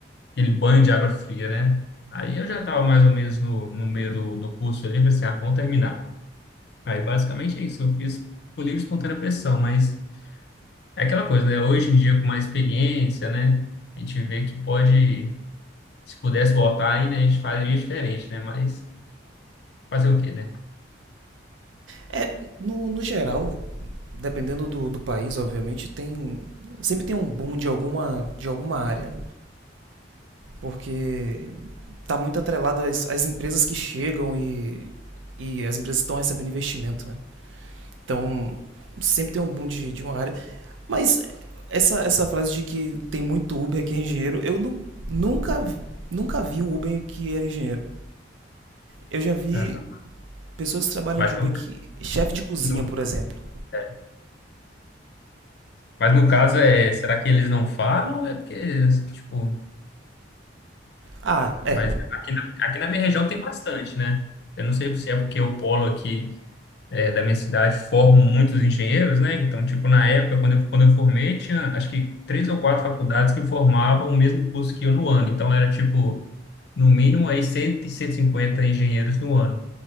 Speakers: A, on the left; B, on the right.
A: aquele banho de água fria, né? Aí eu já estava mais ou menos no, no meio do, do curso ali, falei assim, ah, vamos terminar. Aí basicamente é isso, eu fiz por livre e espontânea pressão, mas é aquela coisa, né? Hoje em dia, com mais experiência, né? A gente vê que pode, se pudesse voltar aí, né? A gente faria diferente, né? Mas fazer o quê, né?
B: É, no, no geral, dependendo do, do país, obviamente, tem. Sempre tem um boom de alguma, de alguma área. porque está muito atrelado às, às empresas que chegam e, e as empresas estão recebendo investimento, né? Então, sempre tem um boom de, de uma área. Mas essa, essa frase de que tem muito Uber que é engenheiro, eu nu, nunca, nunca vi um Uber que era engenheiro. Eu já vi
A: Aham.
B: pessoas que trabalham
A: Mas
B: de Uber
A: no,
B: que... Chefe de cozinha,
A: no-
B: por exemplo.
A: é. Mas no caso, é, será que eles não falam? É porque, tipo,
B: Ah, é.
A: mas aqui na, aqui na minha região tem bastante, né? Eu não sei se é porque o polo aqui eh, da minha cidade formam muitos engenheiros, né? Então, tipo, na época, quando eu, quando eu formei, tinha acho que três ou quatro faculdades que formavam o mesmo curso que eu no ano. Então, era tipo, no mínimo aí cem, cento e cinquenta engenheiros no ano,